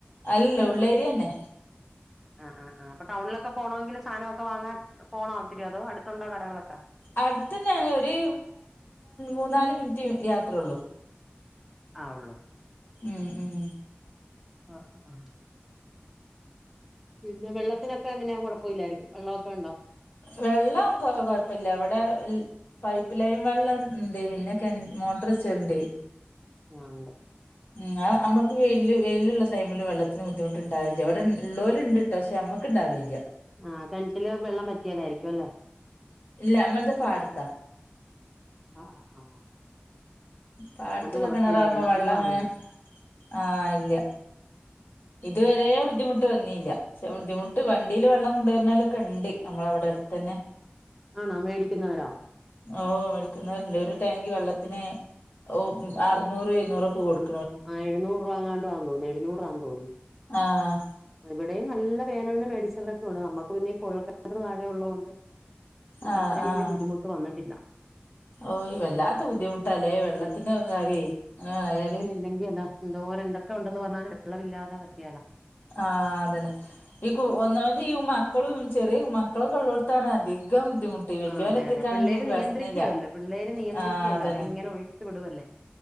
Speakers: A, on the left; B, in the centre.
A: അല്ല ഉള്ളേരിയന്നെ
B: ആ ആ അപ്പൊ ടൗണിലൊക്കെ പോണെങ്കിൽ സാധനക്കെ വാങ്ങാൻ, പോണോ ഒത്തിരി, അതോ അടുത്തോണ്ടോ കടകളൊക്കെ.
A: അടുത്തന്നെയാണ്. ഒരു മൂന്നാല് മിനിറ്റ് യാത്രയേ ഉള്ളു
B: ആ ഉള്ളൂ
A: ഉം ഉം
B: ആഹ ആ ആ പിന്നെ വെള്ളത്തിനൊക്കെ എങ്ങനെയാ, കുഴപ്പമില്ലായിരിക്കും വെള്ളക്കെ ഉണ്ടോ
A: വെള്ളം കൊ കൊഴപ്പില്ല. ഇവിടെ പൈപ്പ് ലൈൻ വെള്ളം ഇണ്ട്. പിന്നെ കേ മോട്ടോർ വചെണ്ട്
B: ആ ഉണ്ട്
A: പിന്നാ നമുക്ക് വെ വെയിലുള്ള ടൈമില് വെള്ളത്തിന് ബുദ്ധിമുട്ടുണ്ടാവില്ല. ഇവിടെ ഉള്ളോൽ ഇണ്ട്. പക്ഷെ നമ്മുക്കുണ്ടാവലില്ല
B: ആഹ് കണറ്റില് വെള്ളം വറ്റിയാലായിരിക്കും അല്ലേ.
A: ഇല്ല നമ്മളത് പാടത്താ.
B: ആ ആഹ് ആ
A: പടത്തിള്ള
B: അതുകൊണ്ട് കുഴപ്പമില്ല
A: കിണറ് ആകുമ്പോ
B: വെള്ളത്തിന്
A: വെള്ളം
B: പാടില്ലല്ലോ
A: അങ്ങനെ.. ആ. ഇല്ല ഇതുവരെ ബുദ്ധിമുട്ട് വന്നില്ല പക്ഷേ ബുദ്ധിമുട്ട് വണ്ടിയില് വെള്ളം കൊണ്ടുവരുന്നോനലൊക്കെ ഉണ്ട് നമ്മളെ ഇവിടെ അടുത്ത് തന്നെ.
B: ആണോ മേടിക്കുന്നവരോ
A: ഓ മേടിക്കുന്നവരുണ്ട്. ഒരു ടാങ്കി വെള്ളത്തിന് ഓ അറുന്നൂറ് എഴുന്നൂറ് ഒക്കെ കൊടുക്കും.
B: ആ എഴുന്നൂറ് രൂപങ്ങാണ്ടുവാന്ന് തോന്നുന്നു. എഴുന്നൂറൂ ആന്ന് തോന്നുന്നു
A: ആഹ്
B: ഇവിടെയും നല്ല വേനലിന് മേടിച്ചവരൊക്കെ ഉണ്ട്. നമ്മുക്ക് പിന്നെഈ കുഴൽക്കിണർ താഴെ ഉള്ളതുകൊണ്ട്. നമുക്ക്
A: ആഹ്
B: അത്രയും
A: ആഹ്.
B: വലിയ ബുദ്ധിമുട്ട് വന്നിട്ടില്ല
A: ഓയ് വല്ലാത്ത ബുദ്ധിമുട്ടാല്ലേ വെള്ള ത്തിന്റെ കാര്യേ ആ അയാല്
B: ഇല്ലെങ്കിൽ എന്തോരെന്തൊക്കെ ഉണ്ടെന്ന് പറഞ്ഞാലും വെള്ളമില്ലാതെ പറ്റിയാലാ
A: ആഹ അതന്നെ ഈ ഒന്നാമത് ഈ മക്കളും, ചെറിയ മക്കളൊക്കെയുള്ളെടുത്താണ് അധികം ബുദ്ധിമു ഈ വല്യോല്
B: ആ അതെ
A: ഒറ്റക്കാ
B: അതെ
A: ആണെങ്കിൽ
B: പിള്ളേര്
A: പ്രശ്നം
B: നിയന്ത്രിക്കുവല്ലോ
A: ഇല്ല.
B: പിള്ളേര് നിയന്ത്രിക്കുവല്ലോ
A: ആഹ് അതന്നെ
B: അവരിങ്ങനെ ഒഴിച്ചു വിടുവല്ലേ